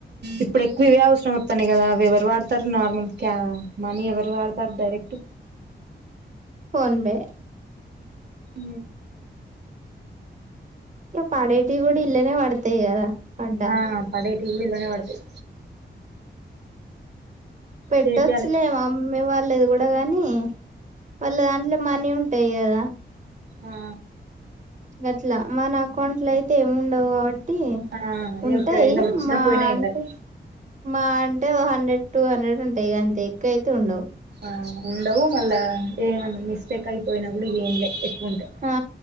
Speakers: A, on the right (about 65°); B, on the right (about 45°).
A: ఇప్పుడు ఎక్కువ ఇవే అవసరం తని కదా అవి ఎవరు వాడతారు నార్మల్ క మనీ ఎవరు వాడతారు డైరెక్ట్
B: ఫోన్పె
A: అ
B: పాడేటి కూడా ఇళ్లనే పడతాయి కదా పడ్డా
A: ఆ పడటీ గూడా ఇల్లనే వడతాయి
B: పెట్టొచ్చులే
A: చేపియాలి
B: అమ్మే వ పలేదు కూడా కానీ వాళ్ళ దాంట్లో మనీ ఉంటాయి గదా
A: ఆ
B: గట్లా మన అకౌంట్ లో అయితే ఏం ఉండవు కాబట్టి ట్టి
A: ఆ
B: ఉంటాయి
A: ఓకే ఇలా వచ్చినా
B: మా
A: పోయినా ఏం
B: అంటే
A: కాదు
B: మా అంటే ఓ హండ్రెడ్ టూ హండ్రెడ్ ఉంటాయి అంతె ఎక్కువ అయితే ఉండవు
A: ఆ ఉండవు మళ్ళా ఏ మిస్టేక్ అయిపోయినా కూడా ఏంలే ఎక్కువ ఉంటే
B: ఆ